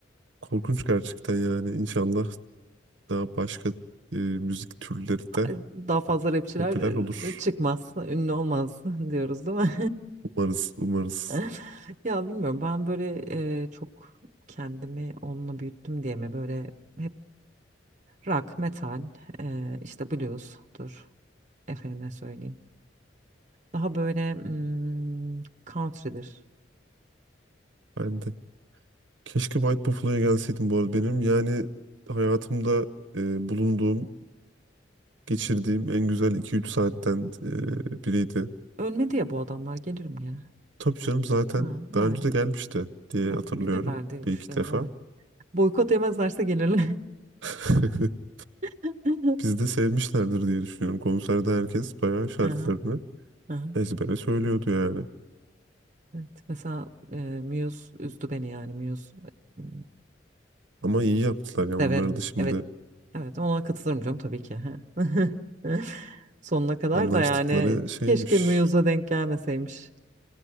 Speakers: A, on the right; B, on the right.
A: Korkunç gerçekten yani. İnşallah daha başka e, müzik türleri
B: Ay,
A: de
B: Daha fazla rapçiler
A: popüler olur.
B: e, çıkmaz, ünlü olmaz <laughs> diyoruz değil mi?
A: Umarız. Umarız.
B: <laughs> Ya bilmiyorum ben böyle e, çok kendimi onunla büyüttüm diye mi böyle hep rock, metal, e, işte blues'tur efendime söyleyeyim. Daha böyle hmm, country'dir.
A: Ben de. Keşke White Buffalo'ya gelseydim bu arada. Benim yani hayatımda e, bulunduğum, geçirdiğim en güzel iki üç saatten e, biriydi.
B: Ölmedi ya bu adamlar gelirim gene.
A: Tabii canım zaten
B: Ha, yani,
A: daha önce de gelmişti diye
B: yani
A: hatırlıyorum
B: gelirler diye
A: bir
B: düşünüyorum
A: iki defa.
B: evet. Boykot yemezlerse gelirler.
A: <laughs>
B: <laughs>
A: Bizi de sevmişlerdir diye düşünüyorum. Konserde herkes bayağı şarkılarını
B: Aha, aha.
A: ezbere söylüyordu yani.
B: Evet, mesela e, Muse üzdü beni yani Muse m,
A: Ama iyi yaptılar ya
B: severim.
A: onları da şimdi
B: Evet. Evet ona katılırım canım tabii ki. he. <laughs> Sonuna kadar
A: anlaştıkları
B: da yani
A: şeymiş.
B: keşke Muse'a denk gelmeseymiş.